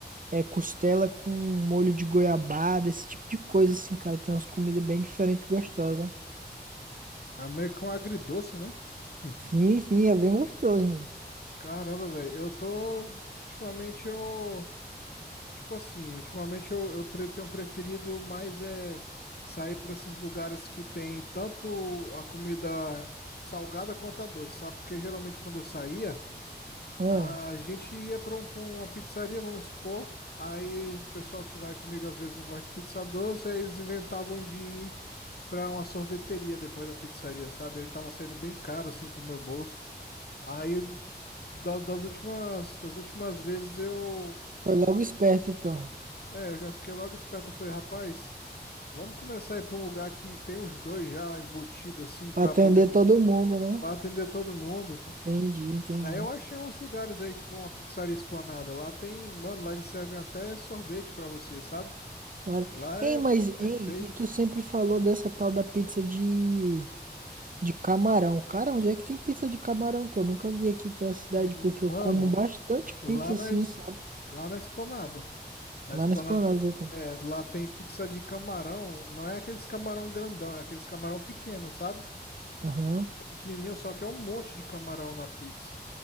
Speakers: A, on the right (about 50°); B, on the left (about 65°).
A: é, costela com molho de goiabada, esse tipo de coisa assim, cara. Tem umas comidas bem diferentes, e gostosas.
B: é meio que um agridoce, né? <laughs>
A: Sim, sim, é bem gostoso, mano.
B: Caramba, velho, eu tô. Ultimamente eu. Tipo assim, ultimamente eu, eu pre- tenho preferido mais é sair para esses lugares que tem tanto a comida salgada quanto a doce, sabe? Porque geralmente quando eu saía,
A: Ah,
B: a gente ia para um- uma pizzaria, vamos supor. Aí o pessoal que vai comigo às vezes não gosta de pizza doce, aí eles inventavam de ir pra uma sorveteria depois da pizzaria, sabe? Aí tava saindo bem caro assim pro meu bolso. Aí da- das últimas, das últimas vezes eu,
A: foi logo esperto então,
B: é, eu já fiquei logo esperto. Eu falei, rapaz, vamos começar a ir para um lugar que tem os dois já embutidos, assim, para
A: pra atender
B: poder no-
A: todo mundo, né?
B: pra atender todo mundo.
A: Entendi, entendi.
B: Aí eu achei uns lugares aí, tipo uma pizzaria Esplanada. Lá tem, mano, lá eles servem até sorvete para você, sabe?
A: Cara,
B: Lá
A: ei,
B: é
A: mas
B: perfeito.
A: ei, e tu sempre falou dessa tal da pizza de De camarão. Cara, onde é que tem pizza de camarão? Que eu nunca vi aqui pela cidade,
B: Hum,
A: porque eu
B: Mano,
A: como bastante
B: lá
A: pizza assim,
B: na, es-
A: sabe?
B: lá na Esplanada. Na
A: Lá
B: Esplanada.
A: na Esplanada tem.
B: É, lá tem pizza de camarão. Não é aqueles camarão grandão, é aqueles camarão pequeno, sabe?
A: Aham.
B: Pizza Pequenininho, só que é um monte de camarão na pizza.